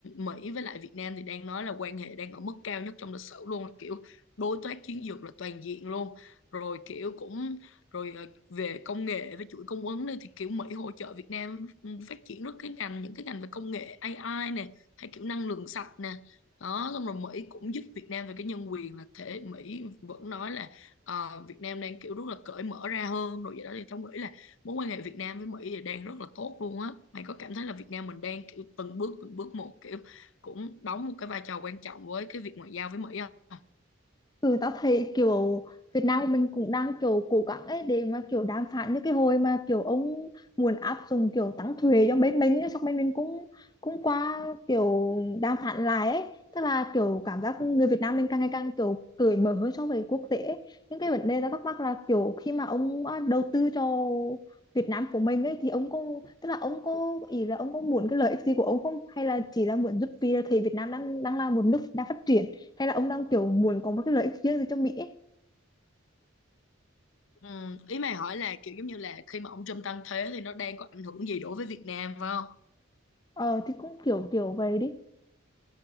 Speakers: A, on the left (about 65°); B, on the left (about 20°).
A: Mỹ với lại Việt Nam thì đang nói là quan hệ đang ở mức cao nhất trong lịch sử luôn là kiểu đối tác chiến lược là toàn diện luôn rồi kiểu cũng rồi ờ, về công nghệ với chuỗi cung ứng đi thì kiểu Mỹ hỗ trợ Việt Nam ừ, phát triển rất cái ngành những cái ngành về công nghệ AI nè hay kiểu năng lượng sạch nè đó xong rồi Mỹ cũng giúp Việt Nam về cái nhân quyền là thể Mỹ vẫn nói là ờ, Việt Nam đang kiểu rất là cởi mở ra hơn rồi vậy đó thì tao nghĩ là mối quan hệ Việt Nam với Mỹ thì đang rất là tốt luôn á mày có cảm thấy là Việt Nam mình đang kiểu từng bước từng bước một kiểu cũng đóng một cái vai trò quan trọng với cái việc ngoại giao với Mỹ không
B: Ừ, tao thấy kiểu Việt Nam mình cũng đang kiểu cố gắng ấy để mà kiểu đàm phán như cái hồi mà kiểu ông muốn áp dụng kiểu tăng thuế cho bên mình ấy, xong bên mình cũng cũng qua kiểu đàm phán lại ấy tức là kiểu cảm giác người Việt Nam mình càng ngày càng kiểu cởi mở hơn so với quốc tế ấy. những cái vấn đề tao thắc mắc là kiểu khi mà ông à, đầu tư cho Việt Nam của mình ấy thì ông có tức là ông có ý là ông có muốn cái lợi ích gì của ông không hay là chỉ là muốn giúp vì là thấy Việt Nam đang đang là một nước đang phát triển hay là ông đang kiểu muốn có một cái lợi ích riêng gì cho Mỹ ấy.
A: Ừ, ý mày hỏi là kiểu giống như là khi mà ông Trump tăng thế thì nó đang có ảnh hưởng gì đối với Việt Nam phải không?
B: Ờ thì cũng kiểu kiểu vậy đi.